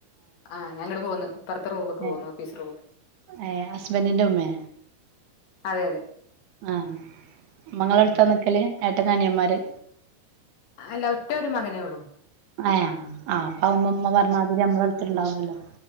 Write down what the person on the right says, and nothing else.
എഹ്
ഏഹ് അസ്ബന്റിന്റെ ഉമ്മേ.
ആഹ് മ്മങ്ങളെടുത്താ
നിക്കല് ഏട്ടനനിയന്മാര്.
എഹ് ആഹ് അപ്പ അവുമ്പമ്മ പറഞ്ഞാതിരി നമ്മളടുത്ത് ണ്ടാവല്ലോ.